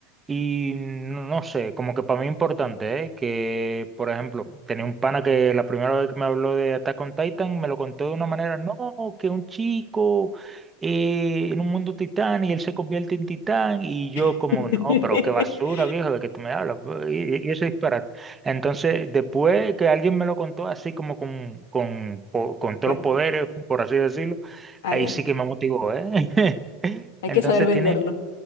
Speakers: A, on the right; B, on the left.
A: Y no, no sé, como que para mí es importante, ¿eh? Que, por ejemplo, tenía un pana que la primera vez que me habló de Attack on Titan me lo contó de una manera, no, que un chico. y en un mundo titán y él se convierte en titán y yo
B: <laughs>
A: como, no, pero qué basura, viejo, de que tú me hablas, pues, y, y eso es disparate. Entonces, después que alguien me lo contó así como con, con, po- con todos
B: Ya,
A: los poderes, por así decirlo,
B: ah,
A: ahí
B: ya,
A: sí que me motivó, ¿eh? <laughs>
B: hay
A: Entonces
B: que saber venderlo.
A: tiene,